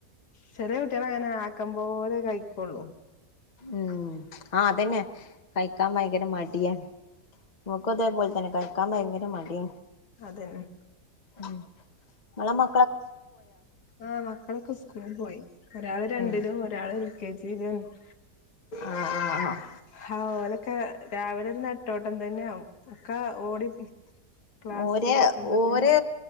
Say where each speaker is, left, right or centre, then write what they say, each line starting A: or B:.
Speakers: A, on the left; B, on the left.
A: ചെറിയ കുട്ടികള അങ്ങനെ ആക്ക പോോലെ കഴിക്കോുള്ളൂ
B: ഉം ആഹ അതന്നെ കഴിക്കാൻ ഭയങ്കര മടിയാണ് നമുക്ക് അതേപോലെ തന്നെ കഴ നക്കാൻ ഭയങ്കര മടി
A: അതന്നെ
B: ഉം ഇങ്ങളെ മ
A: ആ്ഹ് മക്കളൊക്കെ സ്കൂള് പോയി ഒരാൾ രണ്ടിലും
B: ആഹ്
A: ഒരാൾ <unintelligible>
B: ആഹ് ആഹ് അഹ്
A: ഹ ഓലൊക്കെ രാവിലെ ഒരു നെട്ടോട്ടം തന്നെയവും ഒക്കെ ഓടി ക്ലാസ്ക്ക്
B: ഓരെ
A: എത്തുമ്പത്തിന്
B: ഓരെ